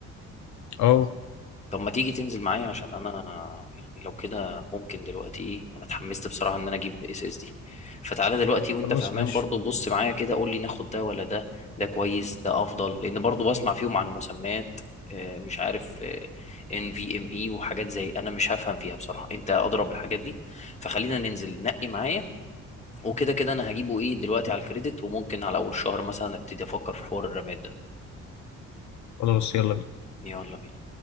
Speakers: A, on the left; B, on the left.
A: اه
B: طب ما تيجي تنزل معايا عشان انا يعني لو كده ممكن دلوقتي ايه انا اتحمست بصراحه ان انا اجيب اس اس دي فتعالى دلوقتي وانت
A: خلاص
B: فهمان
A: ماشي
B: برضو بص معايا كده قول لي ناخد ده ولا ده ده كويس ده افضل لان برضو بسمع فيهم عن مسميات آه، مش عارف ان في ام اي وحاجات زي انا مش هفهم فيها بصراحه انت اضرب الحاجات دي فخلينا ننزل نقي معايا وكده كده انا هجيبه ايه دلوقتي على الكريدت وممكن على اول الشهر مثلا ابتدي افكر في حوار الرماد ده
A: خلاص يلا بينا.
B: يلا بينا